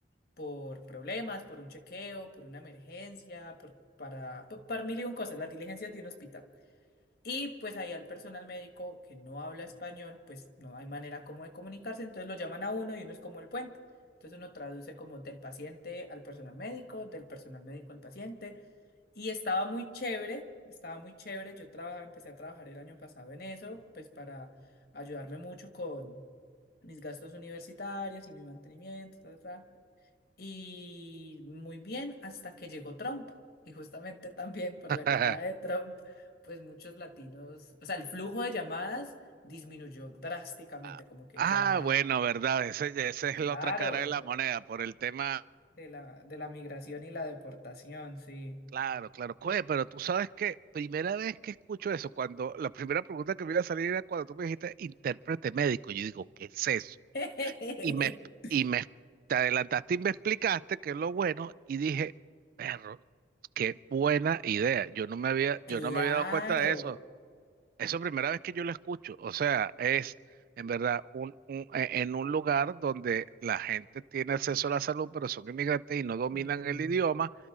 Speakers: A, on the left (about 55°); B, on the right (about 50°).
A: por problemas, por un chequeo, por una emergencia, por, para, por, para mil y un cosas, las diligencias de un hospital. Y pues ahí al personal médico que no habla español, pues no hay manera como de comunicarse, entonces lo llaman a uno y uno es como el puente. Entonces uno traduce como del paciente al personal médico, del personal médico al paciente. Y estaba muy chévere, estaba muy chévere. Yo traba- empecé a trabajar el año pasado en eso, pues para ayudarme mucho con mis gastos universitarios y mi mantenimiento, ta, ta, ta y muy bien hasta que llegó Trump. Y justamente también por
B: <laughs>
A: la llegada de Trump, pues muchos latinos, o sea, el flujo de llamadas disminuyó drásticamente,
B: Ah,
A: como que
B: Ah,
A: ya,
B: bueno, verdad, ese, esa
A: claro,
B: es la otra cara de la moneda por el tema.
A: de la, de la migración y la deportación, sí.
B: Claro, claro. Cue, pero tú sabes que primera vez que escucho eso, cuando la primera pregunta que me iba a salir era cuando tú me dijiste intérprete médico, yo digo, ¿qué es eso?
A: <laughs>
B: y me, y me te adelantaste y me explicaste qué es lo bueno y dije, perro, qué buena idea. Yo no me había,
A: Claro.
B: yo no me había dado cuenta de eso. Eso es primera vez que yo lo escucho. O sea, es en verdad un, un- e- en un lugar donde la gente tiene acceso a la salud, pero son inmigrantes y no dominan
A: Hmm.
B: el idioma,